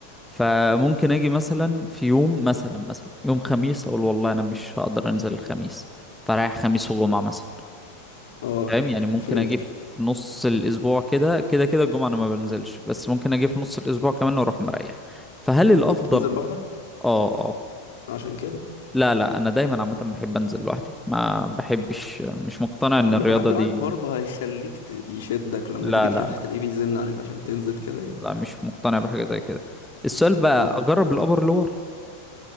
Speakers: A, in the centre; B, on the left.
A: فممكن اجي مثلا في يوم مثلا مثلا يوم خميس اقول والله انا مش هقدر انزل الخميس فرايح خميس وجمعة مثلا
B: اه
A: فاهم يعني ممكن
B: فهمتك
A: اجي في نص الاسبوع كده كده كده الجمعه انا ما بنزلش بس ممكن اجي في نص الاسبوع كمان واروح مريح فهل الافضل
B: انت بتنزل لوحدك
A: اه اه
B: عشان كده
A: لا لا انا دايما عامه بحب انزل لوحدي ما بحبش مش مقتنع ان
B: اما
A: الرياضه
B: يبقى حد
A: دي
B: معاك برضه هيخليك ت- يشدك لما
A: لا
B: تيجي تروح
A: لا لا
B: تلاقيه بيزن عليك عشان تنزل كده يعني
A: لا مش مقتنع بحاجه زي كده السؤال بقى
B: امم
A: اجرب الابر لور